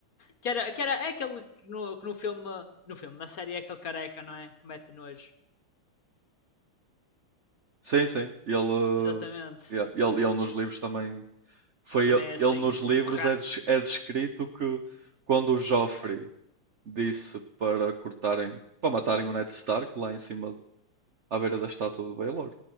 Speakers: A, on the left (about 50°); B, on the right (about 80°).
A: Que era, que era é aquele que no, que no filme, no filme, na série é aquele careca, não é? Que mete nojo.
B: Sim, sim. Ele, uh,
A: Exatamente.
B: yeah, ele, ele nos livros também. Foi
A: Também
B: ele,
A: é assim,
B: ele nos livros
A: um rato.
B: é, des- é descrito que quando o Joffrey disse para cortarem, para matarem o Ned Stark lá em cima, à beira da estátua do Baelor.